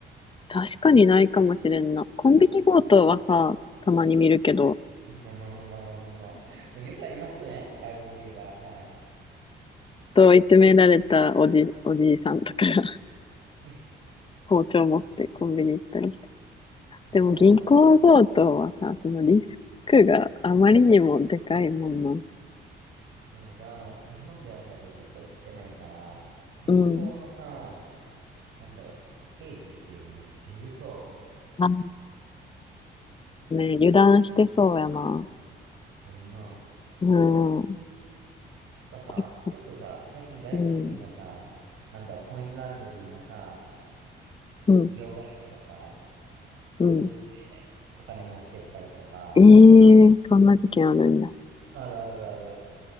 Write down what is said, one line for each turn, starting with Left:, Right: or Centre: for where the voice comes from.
Left: 確かにないかもしれんな。コンビニ強盗はさ、たまに見るけど、
Right: まあまあまあまあまあまあまあ、まあ、よくありますね、外国人が。はい。
Left: 問い詰められたおじ、おじいさんとかが <laughs>
Right: <laughs>
Left: 包丁持ってコンビニ行ったりして。
Right: まあまあまあ。
Left: でも銀行強盗はさ、そのリスクがあまりにもでかいもんな。
Right: でもさ、日本ではさ、やっぱずっと起きてないから、銀行のさ、
Left: うん。
Right: なんだろう、警備っていうのを許そ
Left: あ、ね、
Right: う。なあ。
Left: 油断してそうやな。
Right: やんな
Left: うん。
Right: なんかさ、
Left: てか
Right: よくさ、最近外国人がさ、
Left: うん。
Right: なんだ、コインランドリーのさ、
Left: うん。
Right: 両替機とか、
Left: うん。
Right: 潰してお金持ってったりとか、
Left: ええーそんな事件あるんや。
Right: あるあるある。